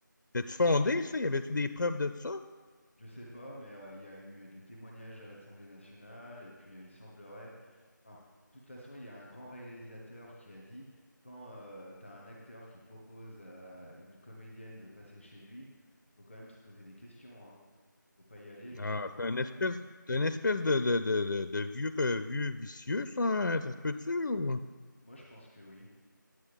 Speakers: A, on the left; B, in the centre.
A: t'as-tu fondé ça? Y avait-tu des preuves de ça?
B: je sais pas, mais euh, il y a eu euh, des témoignages à l'Assemblée nationale, et puis euh, il semblerait, enfin, de toute façon, il y a un grand réalisateur qui a dit, quand euh, t'as un acteur qui propose à une comédienne de passer chez lui, il faut quand même se poser des questions, hein. Faut pas y aller juste
A: Ah,
B: en pensant.
A: c'est un espèce,
B: ouais.
A: c'est une espèce de, de, de, de, de vieux, euh, vieux vicieux, ça, hein? ça se peut-tu? ou-
B: Moi, je pense que oui.